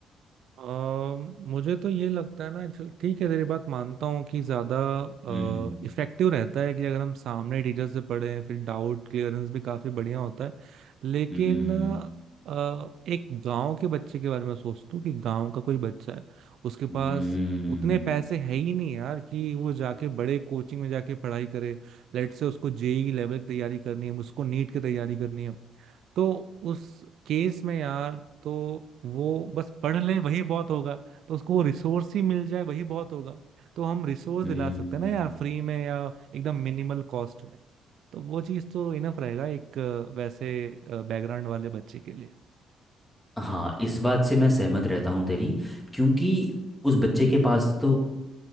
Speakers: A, on the right; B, in the centre.
A: अम, मुझे तो ये लगता है ना चल ठीक है तेरी बात मानता हूँ कि ज्यादा
B: हम्म
A: इफेक्टिव रहता है कि अगर हम सामने टीचर से पढ़ें फिर डाउट क्लियरेंस भी काफी बढ़िया होता है लेकिन
B: हम्म
A: अ, एक गांव के बच्चे के बारे में सोचता हूँ कि गांव का कोई बच्चा है उसके
B: हम्म
A: पास उतने पैसे है ही नहीं यार कि वो जाके बड़े कोचिंग में जाके पढ़ाई करे लेट से उसको जेई लेवल की तैयारी करनी है उसको नीट की तैयारी करनी है तो उस केस में यार तो वो बस पढ़ ले वही बहुत होगा तो उसको वो रिसोर्स ही मिल जाए वही बहुत होगा तो हम रिसोर्स
B: हम्म
A: दिला सकते हैं ना
B: हम्म।
A: यार फ्री में या एकदम मिनिमल कॉस्ट में तो वो चीज़ तो इनफ रहेगा एक अ, वैसे बैकग्राउंड वाले बच्चे के लिए
B: हाँ इस बात से मैं सहमत रहता हूँ तेरी क्योंकि उस बच्चे के पास तो